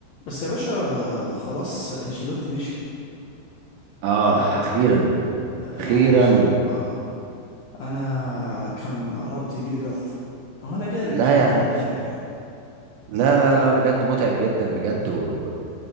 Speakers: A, on the left; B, on the right.
A: بس يا باشا خلاص انشيلوتي مشي
B: اه
A: آه،
B: اخيرا
A: يعني
B: اخيرا
A: بصراحة انا كان قربت يجيلي جلطة او انا جالي
B: لا
A: بصراحة
B: يا عم
A: امبارح يعني
B: لا لا لا بجد متعب جدا بجد و-